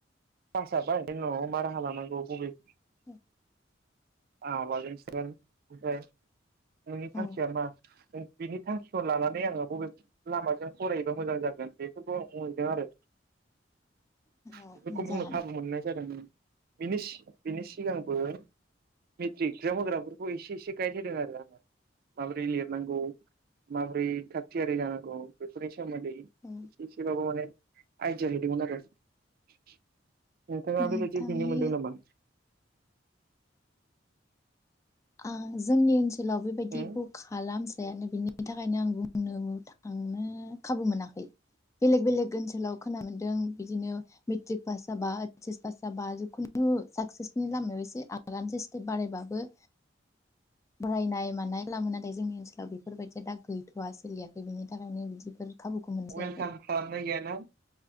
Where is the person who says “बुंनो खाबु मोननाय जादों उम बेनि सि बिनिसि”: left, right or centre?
Right